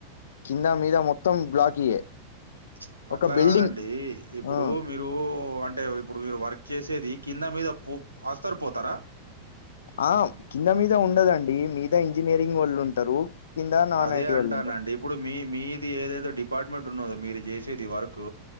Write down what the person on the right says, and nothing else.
చ్ అట్లా
గాదండి ఇప్పుడు
మీ ఇప్పుడు అంటే ఇప్పుడు మీరు వర్క్ చేసేది కింద మీద పో అస్తరు పోతరా
అదే
అంటానండి.
ఇప్పుడు మీ మీది ఏదైతే డిపార్ట్మెంట్ ఉన్నదో మీరు చేసేది వర్క్